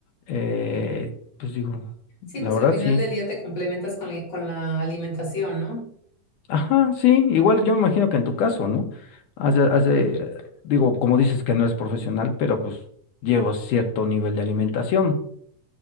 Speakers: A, on the left; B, on the left.
A: eh, pues digo,
B: Sí,
A: la
B: pues
A: verdad
B: al final
A: sí.
B: del día te complementas con, li- con la alimentación, ¿no?
A: Ajá, sí, igual yo me imagino que en tu caso, ¿no? Has de- has de, digo, como dices que no es profesional, pero pues llevo cierto nivel de alimentación.